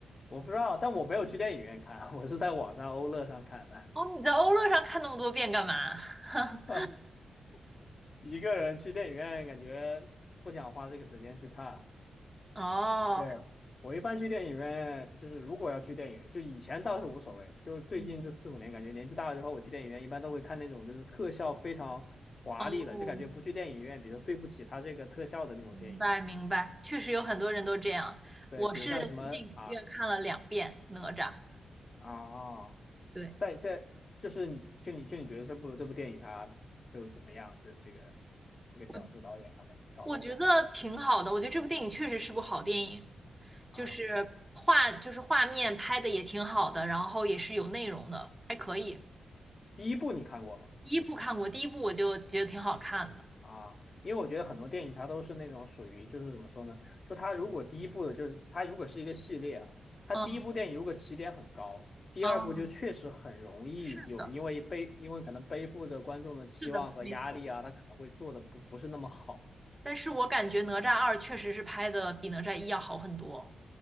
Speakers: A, on the left; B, on the right.
A: 我不知道，但我没有去电影院看，<laughs> 我是在网上欧乐上看的。
B: 哦，你在欧乐上看那么多遍干嘛？<laughs>
A: <laughs> 一个人去电影院，感觉不想花这个时间去看。
B: 哦，
A: 对，我一般去电影院，就是如果要去电影院，就以前倒是无所谓，就是最近这四五年，
B: 嗯
A: 感觉年纪大了之后，我去电影院一般都会看那种就是特效非常华丽的，
B: 哦，
A: 就感觉不去电影院，比如说对不起他这个特效的那种电影。
B: 明白明白，确实有很多人都这样。
A: 对，
B: 我是去电影院看了两遍《哪吒》，
A: 比如像什么啊啊，
B: 对，
A: 在在就是你就你就你觉得这部这部电影它就怎么样？就是这个这个饺子导演他们搞的怎么样
B: 我我觉得挺好的，我觉得这部电影确实是部好电影，就是画就是画面拍的也挺好的，
A: 啊？
B: 然后也是有内容的，还可以。
A: 第一部你看过吗？
B: 第一部看过，第一部我就觉得挺好看的。
A: 啊，因为我觉得很多电影它都是那种属于就是怎么说呢？就它如果第一部的就是它如果是一个系列啊，它第一部电影如果起点很高，
B: 嗯
A: 第二部就确实很容易有因为背因为可能背负着观众的期望和压力啊，
B: 嗯，是的，是的，没错。
A: 它可能会做的不不是那么好。
B: 但是我感觉哪吒二确实是拍的比哪吒一要好很多。